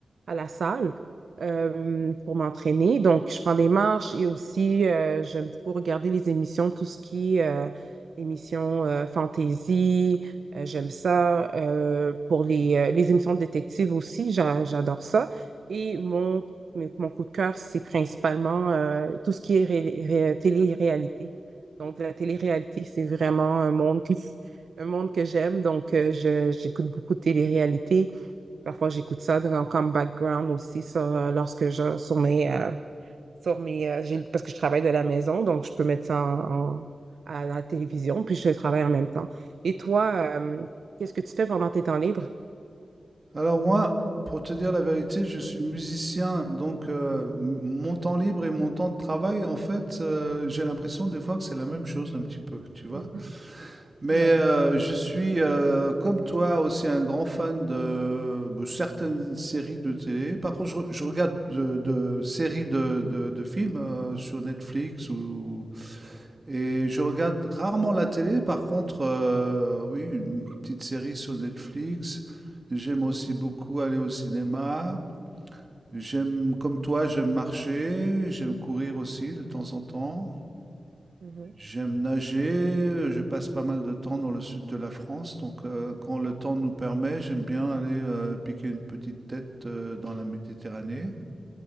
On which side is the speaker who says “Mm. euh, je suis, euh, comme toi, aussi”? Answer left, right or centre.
Right